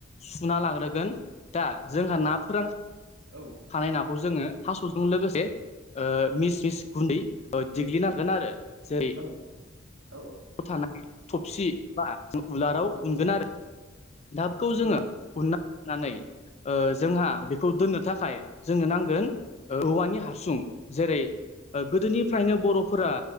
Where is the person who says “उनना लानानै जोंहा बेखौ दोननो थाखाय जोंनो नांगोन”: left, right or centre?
Left